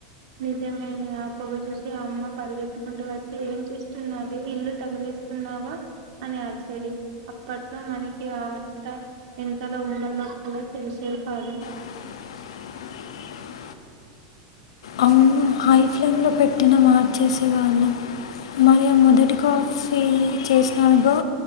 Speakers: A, on the right; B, on the left.
A: నిజమేనే ఆ పొగ చూసి అమ్మ పరిగెత్తుకుంటూ వచ్చి ఏం చేస్తున్నావే, ఇల్లు తగిలేస్తున్నావ్ అగొ అని అరిచేది అప్పట్లో మనకి ఆ మాట ఎంతలో ఉండల్లో వల్ తెలిసేది కాదు
B: <inaudible> అవును హై ఫ్లేమ్ లో పెట్టిన మార్చేసే వాళ్ళు మరియు మొదటి కాఫీ చేసినడో